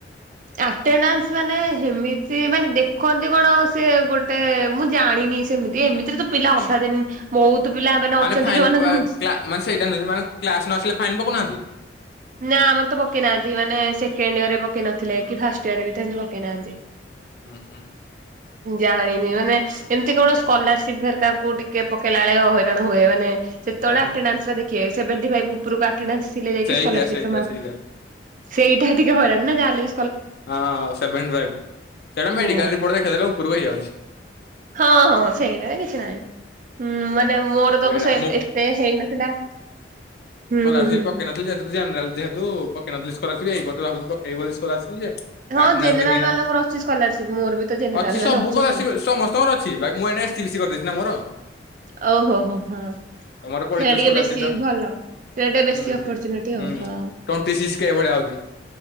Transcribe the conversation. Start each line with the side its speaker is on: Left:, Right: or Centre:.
Right: ଆଟ୍ନାନ୍ସ ମାନେ ସେମିତି ମାନେ ଦେଖନ୍ତି କଣ ସେ ଗୋଟେ ମୁଁ ଜାଣିନି। ସେମିତି ଏମିତିରେ ତ ପିଲା ଅଧା ଦିନ ବହୁତ ପିଲା ଅଛନ୍ତି
Left: ମାନେ ଫାଇନ୍
Right: ଯୋଉମାନଙ୍କୁ
Left: ମାନେ
Right: ମୁଁ
Left: ସେଇଟା ନ ମାନେ, କ୍ଲାସ ନ ଆସିଲେ ଫାଇନ୍ ପକଉନାହାନ୍ତି
Right: ନା ଆମର ତ ପକେଇ ନାହାନ୍ତି ମାନେ ସେକେଣ୍ଡ ଇୟର୍ ରେ ପକେଇ ନଥିଲେ କି ଫାଷ୍ଟ ଇୟର୍ ରେ ବି ସେମତି ପକେଇନାହାନ୍ତି।
Left: ହୁଁ ହୁଁ
Right: ଜାଣିନି ମାନେ ଏମତି କୋୖଣସି ସ୍କଲାରସିପ୍ ଘରିକା କୁ ଟିକେ ପକେଇଲା ବେଳେ ହଇରାଣ ହୁଏ, ମାନେ କେତେବେଳେ
Left: ଓହୋ
Right: ଆଟ୍ନାନ୍ସ ଟା ଦେଖିବେ ସେଭେନ୍ଟି ଫାଇଭ୍ ଉପରକୁ ଆଟ୍ନାନ୍ସ ଥିଲେ ଯାଇକି
Left: ସେଇଟା
Right: ସ୍କଲାରସିପ୍
Left: ସେଇଟା ସେଇଟା
Right: ସେଇଟା ଟିକେ ହଇରାଣ ନା ଯାହା ହେଲେବି
Left: ହଁ ସେଭେନ୍ଟି ଫାଇଭ୍ ସେଟା ମେଡିକାଲ
Right: ହୁଁ।
Left: ରିପୋର୍ଟ ଦେଖେଇଦେଲେ ଉପରକୁ ହେଇଯାଉଛି।
Right: ହଁ ହଁ ସେଇଟାରେ କିଛି ନାହିଁ ମାନେ ମୋର ତବୁ
Left: ଏଇଟା
Right: ସେ ଏତେ ହେଇନଥିଲା ହୁଁ
Left: ଚଲା
Right: ହୁଁ
Left: ସେ
Right: ହୁଁ।
Left: ପକ୍କେଇ ନଥିଲ ଯ ତୁ ପକେଇ ନଥିଲ କରସିବ ଏଇ ବର୍ ଭାବୁ ପକେଇବ କରସିବ ଯେ
Right: ହଁ ଜେନେରାଲ
Left: ଦେଖ
Right: ମାନଙ୍କର ଅଛି ସ୍କଲାରସିପ ମୋର ବି ତ ଜେନେରାଲ
Left: ଅଛି
Right: ମାନେ
Left: ସବୁ ଭୁକର
Right: ସ୍କଲାରସିପ।
Left: ଆସ ସମସ୍ତଙ୍କର ଅଛି ମୁ ଏସିତି ବିଶି କରିଦେଇଛି ନା ମୋର
Right: ଓହୋ ହୋ ହୋ ସୋ
Left: ତମର ପଡିଯିବ
Right: ଟିକେ
Left: ସ୍କଲାରସିପ
Right: ବେଶୀ
Left: ଟା।
Right: ଭଲ। ଟ ବେଶୀ
Left: ହୁଁ
Right: ଅପରଚୁନିଟି
Left: ହୁଁ
Right: ଆଉ ହଁ।
Left: ଟ୍ୱେଣ୍ଟି ସିକ୍ସ କେ ଭଳିଆ ଆଉଛି।